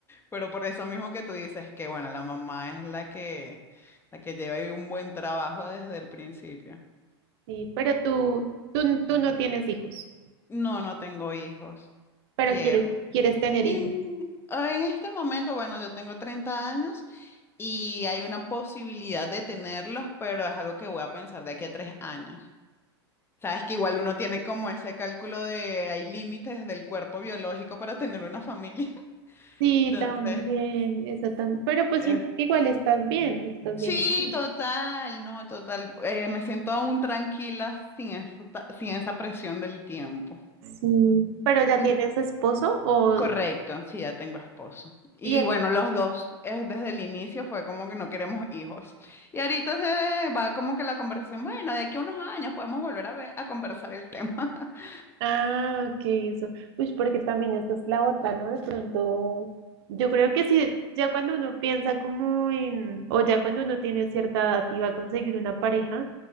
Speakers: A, on the left; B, on the right.
A: Pero por eso mismo que tú dices que, bueno, la mamá es la que, la que lleva ahí un buen trabajo desde el principio.
B: Sí, pero tú, tú, tú no tienes hijos,
A: No, no tengo hijos.
B: pero
A: Quiero.
B: quieres, quieres tener
A: En,
B: hijos.
A: en este momento, bueno, yo tengo 30 años y hay una posibilidad de tenerlos, pero es algo que voy a pensar de aquí a tres años. Sabes que igual uno tiene como ese cálculo de hay límites del cuerpo biológico para tener una familia. <laughs>
B: Sí,
A: Entonces,
B: también, eso también. Pero pues
A: es-
B: sí, igual estás bien, estás
A: Sí,
B: bien.
A: total, no, total. Eh, me siento aún tranquila sin esa, ta- sin esa presión del tiempo.
B: Sí, pero ya
A: Mm,
B: tienes esposo o
A: Correcto, sí, ya tengo esposo. Y
B: y él.
A: bueno, los dos, eh, desde el inicio fue como que no queremos hijos. Y ahorita se va como que la conversación, bueno, de aquí a unos años podemos volver a ver, a conversar el tema. <laughs>
B: Ah, ok, eso. Uy, porque también esa es la otra, ¿no? De pronto, yo creo que sí, ya cuando uno piensa como en, o ya cuando uno tiene cierta edad y va a conseguir una pareja